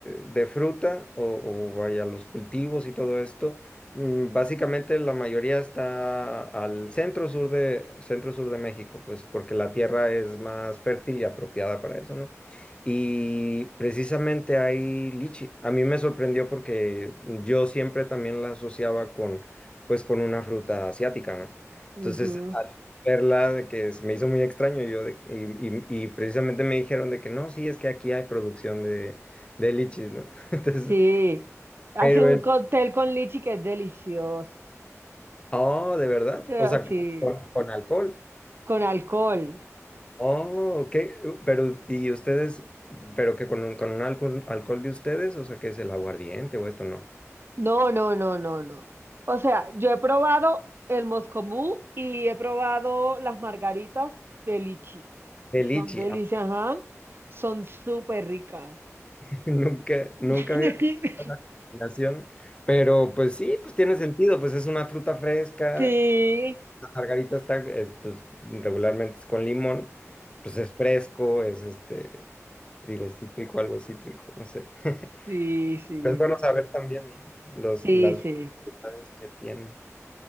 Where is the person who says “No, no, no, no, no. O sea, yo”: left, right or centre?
Right